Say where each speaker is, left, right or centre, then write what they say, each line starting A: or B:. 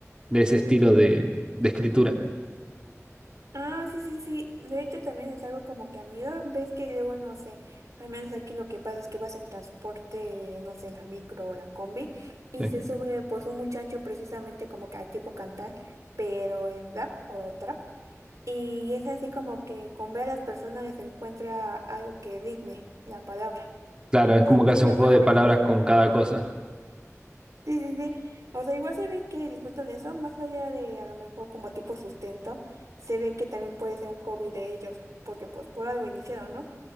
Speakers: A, on the right; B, on the right.
A: de ese estilo de, de escritura.
B: Ah, sí, sí, sí. De hecho, también es algo como que a mí ¿no? ves que luego, no sé, al menos aquí lo que pasa es que vas en transporte, no sé, en la micro o la combi, y
A: Sí.
B: se sube pues un muchacho precisamente como que a tipo cantar, pero en rap o trap, y es así como que con ver a las personas les encuentra algo que digne la palabra.
A: Claro, es
B: O
A: como
B: sea, es
A: que hace
B: una
A: un juego
B: buena
A: de
B: habilidad.
A: palabras con cada cosa.
B: Sí, sí, sí. O sea, igual se ve que disfrutan eso, más allá de a lo mejor como tipo sustento, se ven que también puede ser un hobby de ellos, porque pues por algo iniciaron, ¿no?